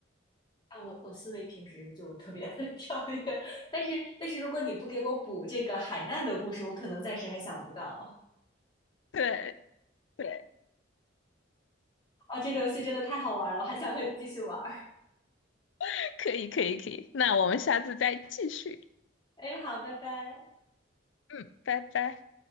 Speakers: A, on the left; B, on the left.
A: 啊，我我思维平时就特别 <laughs> 跳跃，但是但是如果你不给我补这个海难的故事，我可能暂时还想不到
B: 对对，
A: 啊，这个游戏真的太好玩了，我还想和你继续玩儿，
B: <laughs> 可以可以可以，那我们下次再继续。
A: 哎，好，拜拜。
B: 嗯，拜拜。